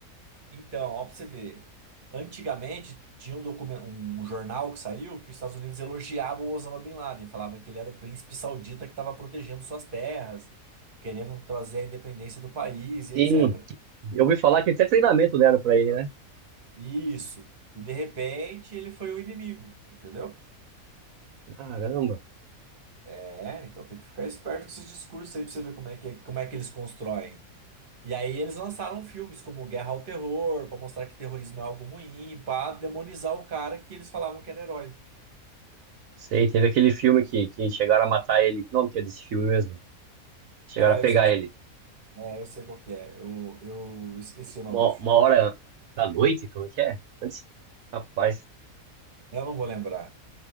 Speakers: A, on the right (about 40°); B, on the right (about 70°).
A: Então, ó, pra você ver, antigamente tinha um documento, um jornal que saiu que os Estados Unidos elogiava o Osama Bin Laden, falava que ele era o príncipe saudita que estava protegendo suas terras, querendo trazer a independência do país e
B: Sim,
A: etc.
B: eu ouvi falar que até treinamento deram pra ele, né?
A: Isso. E de repente ele foi o inimigo, entendeu?
B: Caramba.
A: É, então tem que ficar esperto com esses discursos aí pra você ver como é que, é, como é que eles constroem. E aí eles lançaram filmes como Guerra ao Terror, pra mostrar que terrorismo é algo ruim, pra demonizar o cara que eles falavam que era herói.
B: Sei, teve aquele filme que, que chegaram a matar ele. Que nome que é desse filme mesmo? Chegaram
A: Ah,
B: a pegar
A: eu esqueci.
B: ele.
A: É, eu sei qual que é. Eu, eu esqueci o nome
B: Uma,
A: do filme.
B: uma hora da noite, como é que é? Antes, rapaz.
A: Eu não vou lembrar.